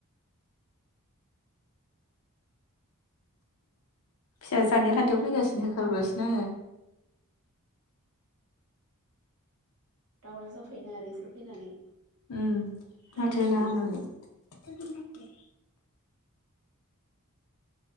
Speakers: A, on the left; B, on the right.
A: फिसा सानै खाथियाव फैगासिनो होखारगासिनो आङो
B: दावराव जाफैनो आरो इसोर फैनानै
A: उम
B: रायलायफैयो
A: माथो होनाङा होननानै